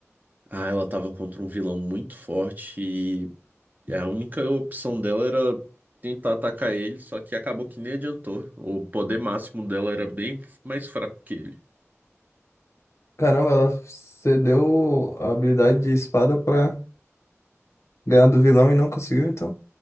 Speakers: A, on the right; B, on the left.
A: Ah, ela tava contra um vilão muito forte e a única opção dela era tentar atacar ele, só que acabou que nem adiantou. O poder máximo dela era bem mais fraco que ele.
B: Caramba, ela cedeu a habilidade de espada pra ganhar do vilão e não conseguiu, então.